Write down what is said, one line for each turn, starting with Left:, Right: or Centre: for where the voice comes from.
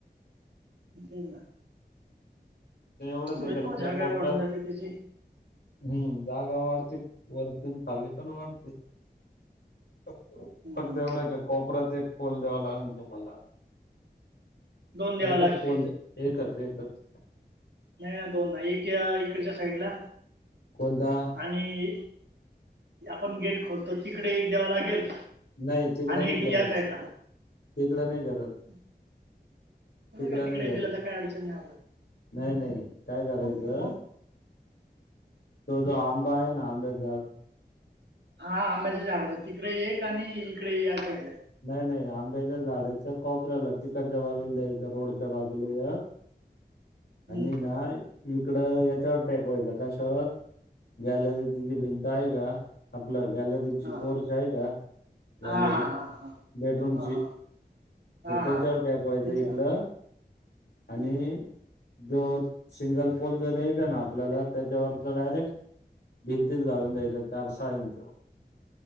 Right: ते ना.
Left: तें एवढंच
Right: पुढे
Left: का तिकड
Right: तो जागा
Left: कोपऱ्यात,
Right: वाढून जाते त्याची
Left: हम्म जागा वाढती. वरतुन खाली पण वाढते, फक्त-फक्त
Right: हम्म
Left: एवढं का कोपऱ्याचा एक पोल द्यावा लागल तुम्हाला,
Right: दोन द्याव
Left: एकच
Right: लागतील
Left: पोल दे एकच-एकच.
Right: नाइ दोन ना एक इकडच्या साईड ला
Left: कोणता?
Right: आणि आपण गेट खोलतो, तिकडे एक द्यावा लागेल
Left: नही तिकडं
Right: आणि
Left: नही
Right: एक
Left: गरज,
Right: या साईडला
Left: तिकडं नही गरज.
Right: <inaudible> त्याला
Left: तिकडं
Right: काय तिकडय
Left: नाही गरज
Right: दिला तर काय अडचण नाय
Left: नाही नाही काय करायचं
Right: आपल्याला.
Left: तो जो आंबा आहे ना, आंब्याच झाड?
Right: हा आंब्याच्या झाडाक् तिकडे एक आणि इकडे या साईडला. एक
Left: नाही-नाही आंब्याच्या झाडाच्या कोपऱ्याला, तिकडच्या बाजूला द्यायचा रोड च्या बाजूला एक
Right: हम्म
Left: आणि ना इकड याच्यावर टेकवायचा, कशावर गॅलरीची जी भिंत आहे का, आपलं गॅलरीची
Right: हा
Left: पोर्च आहे का? गॅलरी,
Right: हा हा हा हा
Left: बेडरूम
Right: हा
Left: ची?
Right: हा
Left: तो
Right: हा
Left: त्याच्यावर
Right: हा
Left: टेकवायचं
Right: त्याच्या
Left: इकडं आणि
Right: हम्म
Left: जो सिंगल पोल जो द्यायचा ना आपल्याला, त्याच्यावरचा डायरेक्ट भिंतीत घालून द्यायचा चार-सहा इंच.